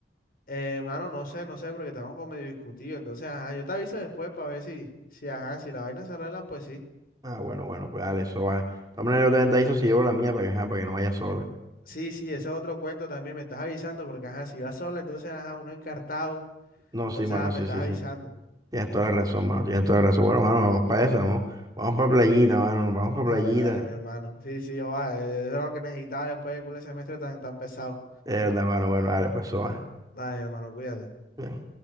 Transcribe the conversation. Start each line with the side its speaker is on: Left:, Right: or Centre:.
Left: Eh, mano, no sé, no sé, porque estamos como medio discutidos. Entonces, ajá, yo te aviso después para ver si, si, ajá, si la vaina se arreglan, pues sí.
Right: Ah, bueno, bueno, pues dale, eso va. De todas maneras, yo también te aviso si llevo la mía para que, ajá, para que no vaya sola.
Left: Sí, sí, ese es otro cuento también, me estás avisando, porque ajá, si vas sola, entonces ajá, uno encartado.
Right: No,
Left: Entonces,
Right: sí, mano,
Left: ajá, me
Right: sí,
Left: estás
Right: sí,
Left: avisando.
Right: sí. Tienes toda la razón, mano, tienes toda la razón. Bueno, mano, vamos para esa, vamos, vamos para playita, mano, nos vamos para
Left: Dale,
Right: playita.
Left: dale, mi hermano. Sí, sí, joa, eh, eso era lo que necesitaba después de culo de semestre tan, tan pesado.
Right: De verdad, mano, bueno, dale, pues eso va.
Left: Dale, hermano, cuídate.
Right: Bien.